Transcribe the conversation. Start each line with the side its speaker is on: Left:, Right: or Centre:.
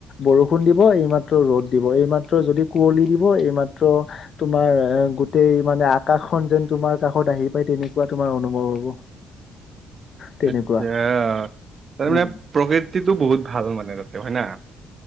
Left: বৰষুণ দিব এই মাত্ৰ ৰ'দ দিব এইমাত্ৰ যদি কুঁৱলী দিব এইমাত্ৰ তোমাৰ গোটেই মানে আকাশ ন যেন তোমাৰ কাষত আহি পাই তেনেকুৱা তোমাৰ অনুভৱ হ'ব তেনেকুৱা
Right: আচ্ছা তাৰ মানে
Left: উম
Right: প্ৰকৃতিটো বহুত ভাল মানে হয় ন